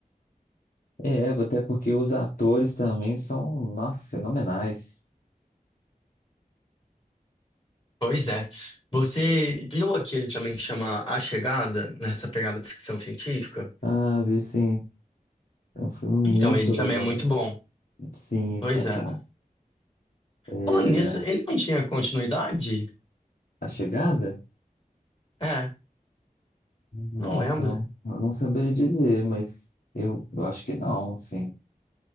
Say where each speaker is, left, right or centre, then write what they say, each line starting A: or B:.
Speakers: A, on the left; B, on the left.
A: É, até porque os atores também são, nossa, fenomenais.
B: Pois é. Você viu aquele também que chama A Chegada, nessa pegada de ficção científica?
A: Sabe, assim, é um filme muito
B: Então, ele
A: legal,
B: também é muito
A: né?
B: bom.
A: Sim,
B: Pois
A: fantástico.
B: é.
A: É,
B: Falando nisso, ele não tinha continuidade?
A: A Chegada?
B: É,
A: Nossa,
B: não lembro.
A: não, eu não saberia dizer, mas eu, eu acho que não, assim.